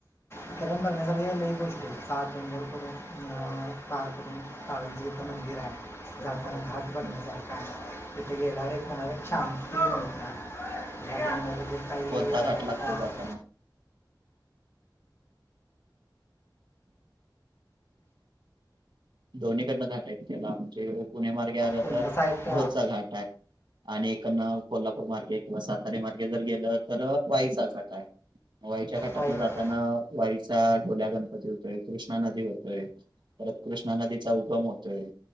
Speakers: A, on the left; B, on the right.
A: इथ पण बघण्यासारख्या लई गोष्टी येत आठडोंबर करून अ कार करडून. पावन जिथ मंदिर आहे. जाताना घाट
B: हम्म,
A: बघण्यासारखा आहे तिथे गेल्यावर एक म्हणालं छम
B: हम्म.
A: ते भम देखायया
B: कोणता घाट
A: दका.
B: लागतोय जाताना
A: <unintelligible>
B: दोन्हीकडनं घाट आहेत त्याला म्हणजे पुणे मार्गे आलं
A: पुण्याचा
B: तर
A: एक
B: भोरचा घाट आहे. आणि इकडन कोल्हापूर मार्गे किंवा सातारारी मार्गे जर गेलं तर वाईचा घाठ आहे. वाईच्या घटातन
A: वाई घाट
B: जाताना वाईचा ढोल्या गणपती होतोय कृष्णा नदी होतोय. परत कृष्णा नदीचा उगम होतोय.